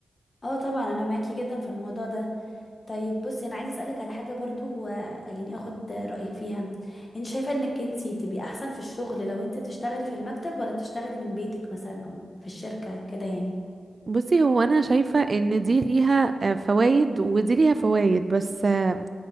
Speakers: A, on the left; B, on the right.
A: اه طبعا انا معاكي جدا في الموضوع ده طيب بصي انا عايزه اسالك على حاجه برضو آه، يعني اخد آه، رايك فيها انت شايفه انك انت تبقي احسن في الشغل لو انت بتشتغلي في المكتب ولا بتشتغلي من بيتك مثلا او في الشركه كده يعني
B: بصي هو انا شايفة ان دي ليها آه، فوائد ودي ليها فوائد بس آه،